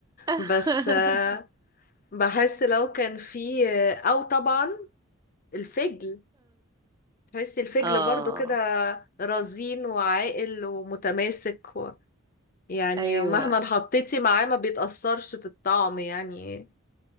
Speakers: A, on the right; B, on the left.
A: <laughs>
B: بس آه، بحس لو كان فيه او طبعا الفجل تحسي الفجل
A: اه
B: برضو كده رزين وعاقل ومتماسك و... يعني
A: ايوه
B: مهما حطيتي معاه ما بيتأثرش في الطعم يعني